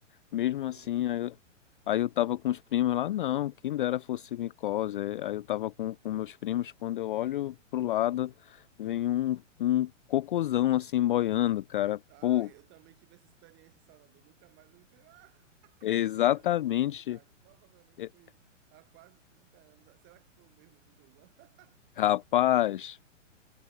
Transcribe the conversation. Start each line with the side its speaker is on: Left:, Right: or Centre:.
Left: Mesmo
Right: pegou
Left: assim,
Right: micose.
Left: aí, eu- aí eu tava com os primos lá, não, quem dera fosse micose. Aí aí eu tava com, com meus primos, quando eu olho pro lado, vem um, um cocôzão assim boiando, cara.
Right: Ah,
Left: Pô,
Right: eu também tive essa experiência em Salvador, nunca mais eu entrei. Ah, <laughs>
Left: exatamente.
Right: eu tinha 9 anos de idade, provavelmente
Left: É-
Right: foi há quase 30 anos. Será que foi o mesmo conclusão? <laughs>
Left: Rapaz,